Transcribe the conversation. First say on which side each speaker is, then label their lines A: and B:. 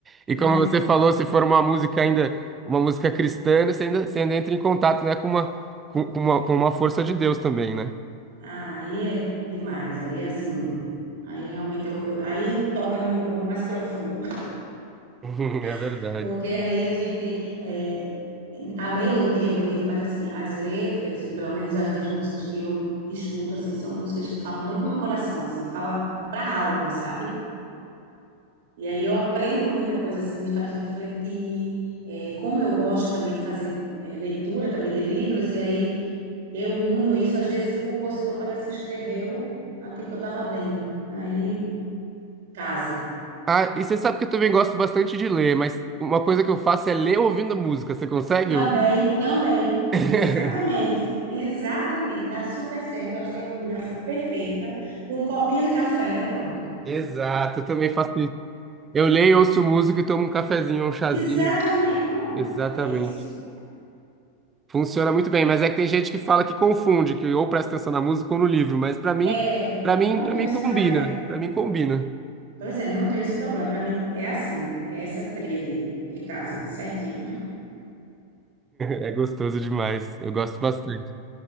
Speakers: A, on the right; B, on the right.
A: E
B: né?
A: como você falou, se for uma música ainda, uma música cristã, você ainda, você ainda entra em contato, né, com uma, com, com uma, com uma força de Deus também, né?
B: Ah, Aí é demais, aí é assim, aí é realmente eu, eu- aí toca no meu ponto mais profundo,
A: <laughs> É verdade.
B: <laughs> porque aí a gente é, a melodia é bonita, mas assim, as letras, pelo menos as das músicas que eu escuto assim, são músicas que falam muito do meu coração assim, fala pra alma, sabe? E aí eu aprendo muita coisa, assim, me faz refletir. É, como eu gosto também de fazer é, leitura também de livros, e aí eu uno isso. Às vezes o compositor parece que escreveu aquilo que eu estava lendo. Aí casa.
A: Ah, e você sabe que eu também gosto bastante de ler, mas uma coisa que eu faço é ler ouvindo música. Você consegue?
B: Também, também,
A: <laughs>
B: exatamente, exatamente. Dá super certo. Eu acho que é a combinação perfeita. Com um copinho de café, pronto.
A: Exato, eu também faço isso. Eu leio, ouço música e tomo um cafezinho, um chazinho.
B: Exatamente, pronto.
A: Exatamente.
B: É isso.
A: Funciona muito bem, mas é que tem gente que fala que confunde, que ou presta atenção na música ou no livro, mas pra mim,
B: É,
A: para mim,
B: não
A: para
B: tenho
A: mim
B: esse
A: combina.
B: problema.
A: Pra mim combina.
B: Pois é, não tem esse problema. Para mim é assim, é essa tríade que casa certinho.
A: É gostoso demais. Eu gosto bastante.